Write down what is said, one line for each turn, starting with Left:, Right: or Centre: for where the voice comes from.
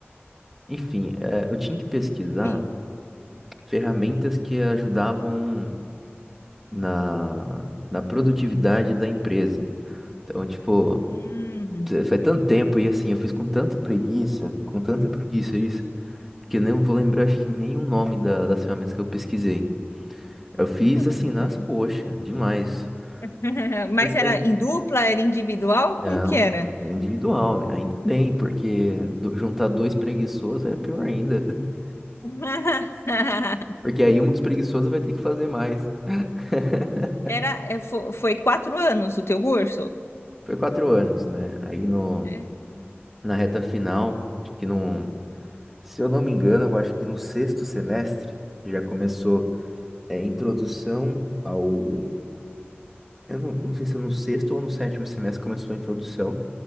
Centre: Enfim, eh, eu tinha que pesquisar
Left: Sim.
Centre: ferramentas que ajudavam. na, na produtividade da empresa. Então, tipo,
Left: Hum,
Centre: faz tanto tempo e assim, eu fiz com tanta preguiça, com tanta preguiça isso, que eu não vou lembrar acho que nem o nome da- das ferramentas que eu pesquisei. Eu fiz
Left: não,
Centre: assim
Left: tudo
Centre: nas
Left: bem.
Centre: coxas, demais.
Left: <laughs> Mas
Centre: Por quê?
Left: era em dupla, era individual?
Centre: Não,
Left: Como que era?
Centre: é individual, ainda bem, porque do- juntar dois preguiçosos é pior ainda. <laughs>
Left: <laughs>
Centre: Porque aí um dos preguiçosos vai ter que fazer mais. <laughs>
Left: Era, é, fo- foi quatro anos o teu curso?
Centre: Foi quatro anos, né? Aí no,
Left: É,
Centre: na reta final, acho que não. Se eu não me engano, eu acho que no sexto semestre já começou é, introdução ao. Eu não, não sei se é no sexto ou no sétimo semestre começou a introdução,